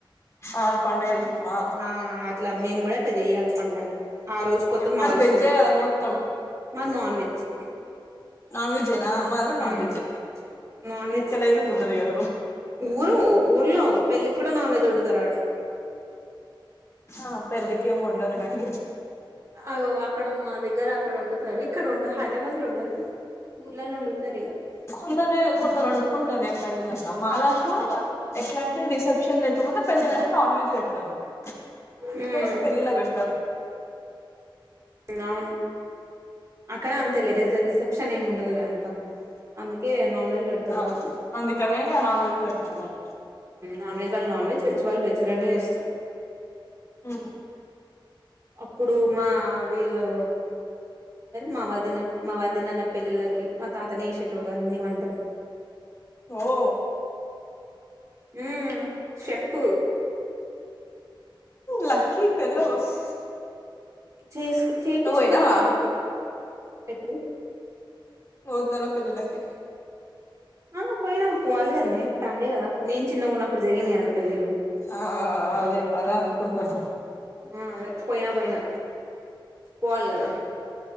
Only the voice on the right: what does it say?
ఆ అట్లా మేము కూడా అట్లా చెయాలి పండగ ఆ రోజు కొత్తది
మారుస్తారు
మాది నాన్ వెజ్
um
non
veg మొత్తం
ఊరు ఊర్లో పెళ్ళికి కూడా నాన్ వెజ్ వండుతార
అగో అక్కడ మా దగ్గర అక్కడ వండుతారు సరే ఇక్కడ ఉండ హైదరాబాద్ లో వండరు ఊర్లలో వండుతారు ఇక
ఉమ్
అవును అక్కడ అంతేలే రిస రిసెప్షన్ ఏం ఉండదులే అంత అందుకే నాన్ వెెజ్ పెడతరు
ఏమో
నాన్ వెజ్ వాళ్ళు నాన్ వెజ్ వెజ్ వాళ్ళు వెజ్ రెండు చేస్తారు
అప్పుడు మా వీళ్ళు మా వదిన మా వదినల పెళ్లిిళ్ళకి మా తాతనేేసేటోడు అన్ని వంటలు
ఉ షెఫు
చేసుకు చేపిచ్చుకున్నారు
అప్పుడు ఎప్పుడు
ఆ పోయినా పోవాలి కదన్నే ఫ్యామిలీ కదా నేను చిన్నగ ఉన్నప్పుడు జరిగినయి వాళ పెళ్ళిలు
ఆ అదే పోయినా పోయినా పోవాలి కదా